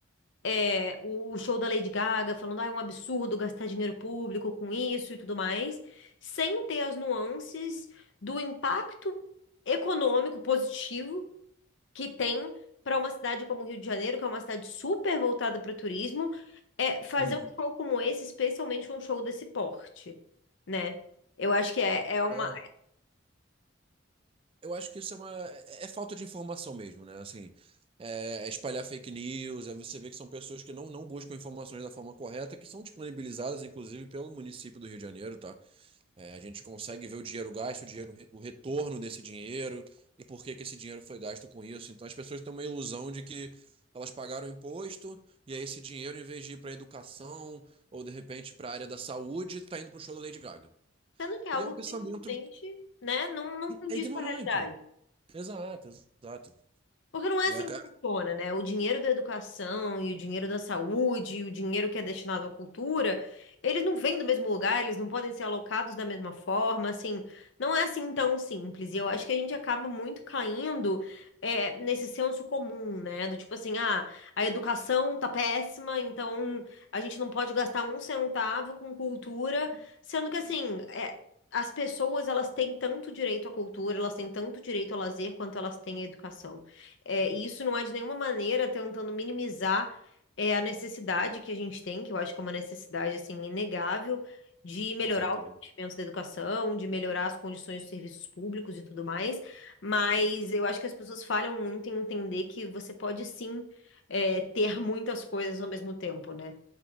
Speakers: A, on the left (about 65°); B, on the right (about 25°).
A: é, o o show da Lady Gaga, falando, ah, é um absurdo gastar dinheiro público com isso e tudo mais, sem ter as nuances do impacto econômico positivo que tem para uma cidade como o Rio de Janeiro, que é uma cidade super voltada para turismo, é, fazer
B: Uhum.
A: um show como esse, especialmente um show desse porte, né? Eu acho que é, é uma.
B: É. Eu acho que isso é uma. É é falta de informação mesmo, né? Assim, é, é espalhar fake news, aí você vê que são pessoas que não, não buscam informações da forma correta, que são disponibilizadas, inclusive, pelo município do Rio de Janeiro, tá? É, a gente consegue ver o dinheiro gasto, o dinheiro, o retorno desse dinheiro e por que que esse dinheiro foi gasto com isso. Então as pessoas têm uma ilusão de que elas pagaram imposto e aí esse dinheiro, em vez de ir para educação ou de repente para a área da saúde, tá indo para o show da Lady Gaga.
A: Sendo que é algo
B: E é um pensamento
A: que simplesmente, né, não, não condiz
B: é ignorante.
A: com a realidade.
B: Exato, exato.
A: Porque não é
B: É,
A: assim
B: ca-
A: que funciona, né? O dinheiro da educação e o dinheiro da saúde e o dinheiro que é destinado à cultura, eles não vêm do mesmo lugar, eles não podem ser alocados da mesma forma, assim, não é assim tão simples. E eu acho que a gente acaba muito caindo é, nesse senso comum, né? Do tipo assim, ah, a educação tá péssima, então a gente não pode gastar um centavo com cultura, sendo que assim, é, As pessoas, elas têm tanto direito à cultura, elas têm tanto direito ao lazer quanto elas têm à educação. É, e isso não é de nenhuma maneira tentando minimizar é, a necessidade que a gente tem, que eu acho que é uma necessidade assim inegável, de melhorar
B: com certeza.
A: os investimentos da educação, de melhorar as condições dos serviços públicos e tudo mais. Mas eu acho que as pessoas falham muito em entender que você pode sim é, ter muitas coisas ao mesmo tempo, né?